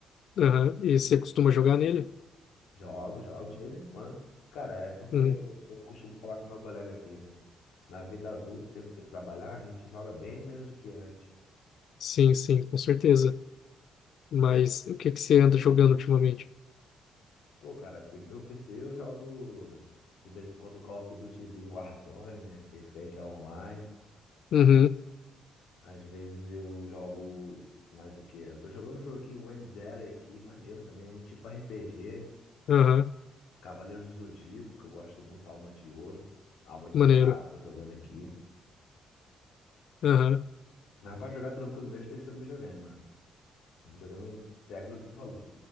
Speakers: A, on the left; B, on the left.
A: Aham, E você costuma jogar nele?
B: Jogo, jogo de vez em quando. Cara, é porque
A: Uhum.
B: eu eu costumo falar com meu colega aqui, né? Na vida adulta, tendo que trabalhar, a gente joga bem menos do que antes.
A: Sim, sim, com certeza. Mas o que que você anda jogando ultimamente?
B: Pô, cara, aqui no meu PC eu jogo de vez em quando um Call of Dutyzinho, Warzone, né? Esse aí que é online.
A: Uhum.
B: Às vezes eu jogo mais o quê? Eu tô jogando um jogo aqui, o Wendere aqui, maneiro também, é um tipo RPG,
A: Aham.
B: Cavaleiros do Zodíaco, que eu gosto muito, Alma de Ouro, Alma de
A: Maneiro.
B: Soldado, tô jogando aqui.
A: Aham.
B: Mas pra jogar tranquilo mesmo tem que ser no videogame, mano. No videogame é aquilo que tu falou.